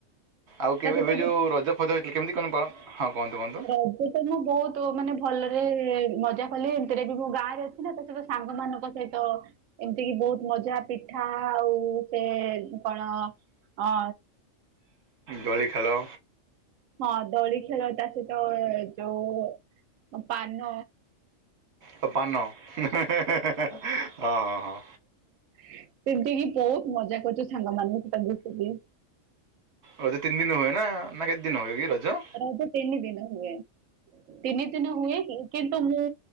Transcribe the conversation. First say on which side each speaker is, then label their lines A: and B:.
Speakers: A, on the right; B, on the right.
A: ଆଉ
B: ତା
A: କେବେ
B: ସହିତ
A: ଏବେ ଯୋଉ
B: ଯେ
A: ରଜ ଫଜ ହେଇଥିଲା କେମିତି କଣ ବ ହଁ କହନ୍ତୁ କହନ୍ତୁ।
B: ଏବେ ତ ମୁଁ ବହୁତ ମାନେ ଭଲରେ--ଏ ମଜା କଲି ଏମିତିରେ ବି ମୁଁ ଗାଁରେ ତ ସେଠି ସାଙ୍ଗମାନଙ୍କ ସହିତ ଏମିତି କିି ବହୁତ ମଜା ପିଠା ଆଉ ସେ କଣ ଅ
A: ଦୋଳି ଖେଳ।
B: ହଁ ଦୋଳି ଖେଳ ତା ସହିତ ଯୋଉ ପାନ।
A: ତ ପାନ ହେଁ ହେଁ ହଁ ହଁ ହଁ।
B: ସେମିତି କିି ବହୁତ ମଜା କରିଛୁ ସାଙ୍ଗ ମାନଙ୍କ ସହିତ ମିସିକି।
A: ରଜ ତିନ ଦିନ ହୁଏ ନା? ନା କେତେ ଦିନ ହୁଏ କି ରଜ?
B: ରାଜ ତିନି ଦିନ ହୁଏ। ତିନି ଦିନ ହୁଏ କି କିନ୍ତୁ ମୁଁ